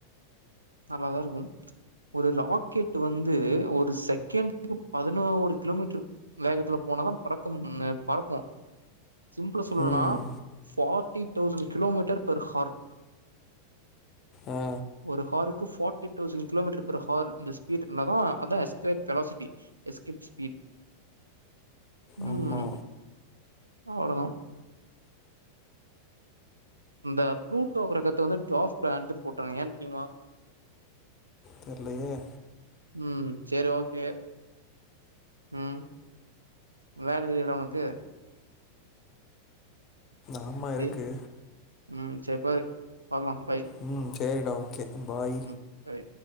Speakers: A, on the right (about 80°); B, on the left (about 30°).
A: நல்லாதா இருக்கு ஒரு ராக்கெட் வந்து ஒரு செகண்டக்கு பதினோரு கிலோமீட்டர் வேகத்துல போனதா பறக்க ம் பறக்கோ சிம்பிலா சொல்லலோனா
B: ம்
A: forty thousand kilometre per hour
B: ஆ
A: ஒரு ஆரு ஃபார்ட்டி தோஸண்ட் கிலோமீட்டர் பேர ஹௌர்லா தா ஸ்பீட்ல அதா எஸ்கேப் வேலாசிட்டி எஸ்கேப் ஸ்பீட் ம்
B: ஆமா
A: அவ்ளோதா இந்த பு்ளூட்டோ கிரகத்த வந்து டாஃப் பிளானடு போட்றங்க ஏ தெரியுமா
B: தெர்லயே
A: ம் செரி ஓகே ம் வேல தெரில ஓனக்கு
B: ஆமா இருக்கு
A: டே ம் சரிப்பரு பாக்கலா பாய்
B: ம் சரிடா ஓகே பாய்
A: ம் சரி